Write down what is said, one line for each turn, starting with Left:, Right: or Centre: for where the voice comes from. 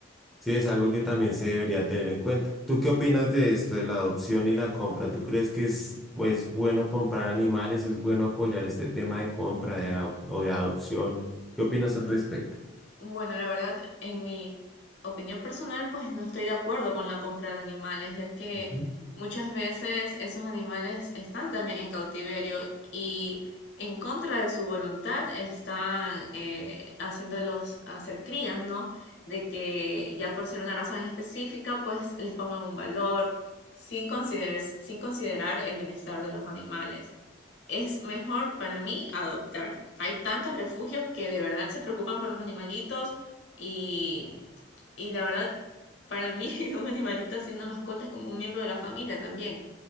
Centre: sí es algo que también se debería tener en cuenta. ¿Tú qué opinas de esto, de la adopción y la compra? ¿Tú crees que es pues bueno comprar animales, es bueno apoyar este tema de compra de, adop- o de adopción? ¿Qué opinas
Left: <laughs>
Centre: al respecto?
Left: Bueno, la verdad, en mi opinión personal, pues no estoy de acuerdo con la compra de animales, ya que
Centre: Ujú.
Left: muchas veces esos animales están también en cautiverio y en contra de su voluntad están eh, haciéndolos hacer crías, ¿no? De que ya por ser una raza en específica, pues les pongan un valor sin consideres- sin considerar el bienestar de los animales. Es mejor para mí adoptar. Hay tantos refugios que de verdad se preocupan por los animalitos y, y la verdad, para mí <laughs> un animalito así, una mascota es como un miembro de la familia también